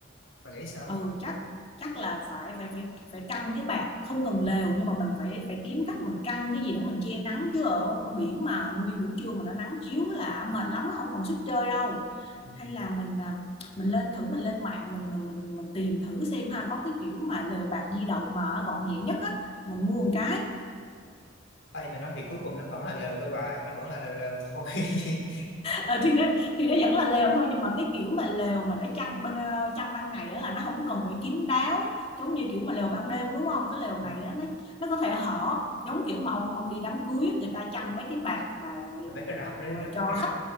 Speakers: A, on the left; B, on the left.
A: bà nghĩ sao
B: ừ chắc chắc là phải phải phải phải căng cái bạt không cần lều nhưng mà mình phải phải kiếm cách mình căng cái gì để mình che nắng chứ ở, ở biển mà nguyên buổi trưa mà nó nắng chiếu là mệt lắm không còn sức chơi đâu
A: Ừ.
B: hay là mình à, mình lên thử mình lên mạng mình mình mình mình tìm thử xem ha có cái kiểu mà lều bạt di động mà gọn nhẹ nhất á mình mua một cái
A: Ây mà nói thì cuối cùng nó vẫn là lều thôi bà nó vẫn là lều, lều thôi <laughs>
B: Ờ, thì nó thì nó vẫn là lều thôi nhưng mà cái kiểu mà lều mà nó chăn bên ờ, chăn ban ngày á là nó không cần phải kín đáo giống như kiểu mà lều ban đêm đúng không cái lều
A: Ừ.
B: này á nó nó có thể hở giống kiểu mà ông ông đi đám cưới á, người ta chăn mấy cái bạt mà
A: Mà mấy cái rạp đó đến
B: mà
A: đó mất
B: cho
A: cái
B: khách